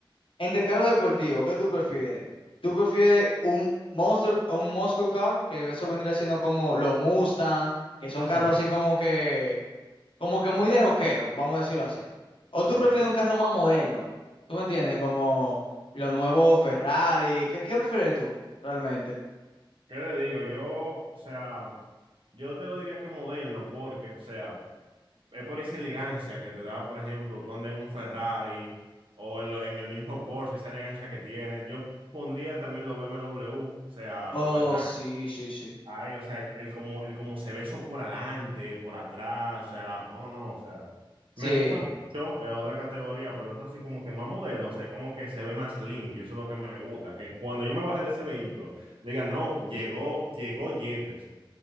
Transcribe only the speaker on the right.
Sí, sí,
sí.
Ok.
¿Qué
te digo? Yo, o sea, yo te lo diría que moderno, porque, o sea, es por esa elegancia que te da, por ejemplo, tú andas en un Ferrari o en, lo- en el mismo Porsche, esa elegancia que tiene. Yo pondría también los BMW, o sea,
pero alta
Ay, o sea, el, el como, el como se ve eso por adelante, por atrás, o sea, la- no, no, o sea,
me gusta mucho la otra categoría, pero es así como que más moderno, o sea, como que se ve más limpio, eso es lo que me gusta, que cuando yo me baje de ese vehículo, digan, no, llegó, llegó Jefferson,